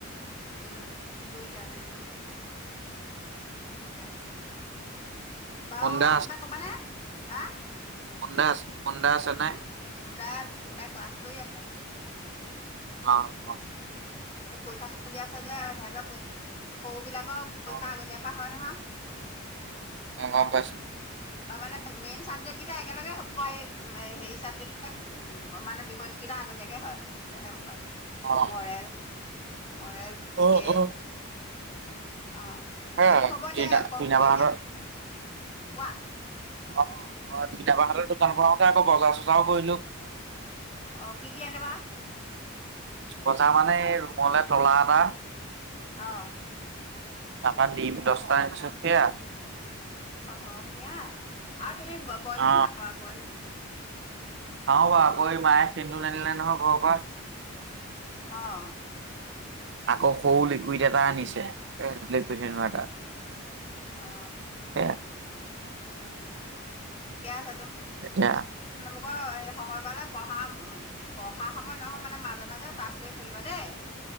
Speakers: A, on the left; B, on the right.
A: উম গুৰিদত অ'। তাকেহে, বাৰু
B: হোন্দা
A: আৰু কিবা কবানে? হা।
B: সন্দা আছে। হোন্দা আছে নাই
A: মু-মুনুদাই মুনুদাই ক্লাছ কৰি আছে।
B: অ', অ'।
A: পৰীক্ষা চলি আছে যে, সেহেতৰ সৰু বেলাকৰ পৰীক্ষা
B: অ
A: আগতীয়াপা হয় নহয়।
B: অ গম পাইছোঁ।
A: তাৰ মানে মেইন চাবজেক্টকেইটা একেলগে হ'ব, এই হেৰি চাবজেক্ট কেইটাক মানে বিষয় কেইটা আগতীয়াকে হয়। যেনে
B: অ
A: মৰেল, মৰেল, জিকে।
B: অ অ অ
A: অ'
B: হে
A: তেতো হ'ব
B: টিনা
A: দে প
B: টিনা বাহঁতৰ
A: এতিয়া কোৱা।
B: অ' অ' তিতাবাহতৰ দোকান পৰা আহওতে আকৌ বজাৰ চজাৰ কৰিলো।
A: অ' কি কি আনিবা?
B: বজা মানে এই ৰুমলে তলা এটা।
A: অ
B: তাৰপা দিম দচটা আনিছো খেয়া।
A: হওঁক দিয়া আৰু তুমি ব বয়ল
B: অ
A: দিম খাবা বয়ল দিম।
B: খাওঁ বা আকৌ মায়ে সেন্দুৰ নানিলে নহয় ঘৰ পৰা।
A: আহ।
B: আকৌ সৰু লিকুইড এটা আনিছে। এ লেইট কৈচে ন এটা
A: অ
B: এ
A: অ' ঠিকে আছে।
B: এতিয়া।
A: কোৱা সেই সময় পালে পঢ়া পঢ়া সময় নহয় মানে মাজে মাজে। পাছ কৰি থাকিবা দেই।